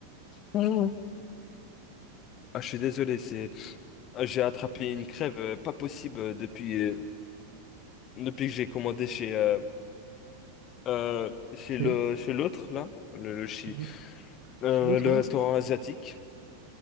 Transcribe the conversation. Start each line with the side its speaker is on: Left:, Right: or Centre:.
Left: Mhm. Ah, je suis désolé, c'est ah, j'ai attrapé une crève euh, pas possible euh, depuis euh, depuis que j'ai commandé chez euh, euh, chez
Right: Chez...
Left: le chez l'autre là, le, le
Right: Chez
Left: chi-
Right: le-
Left: euh,
Right: chez l'autre,
Left: le
Right: là?
Left: restaurant asiatique.